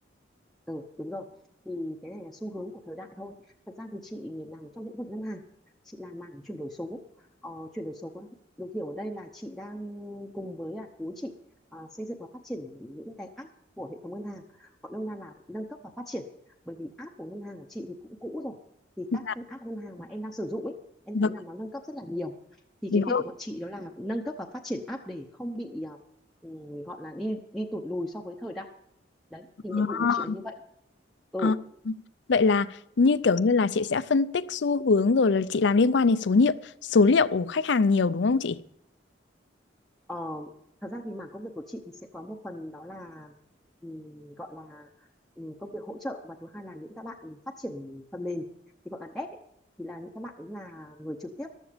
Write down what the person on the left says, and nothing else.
Dạ,
vâng,
đúng
rồi.
Ờ, Vậy là như kiểu như là chị sẽ phân tích xu hướng rồi là chị làm liên quan đến số liệu số liệu của khách hàng nhiều đúng không chị?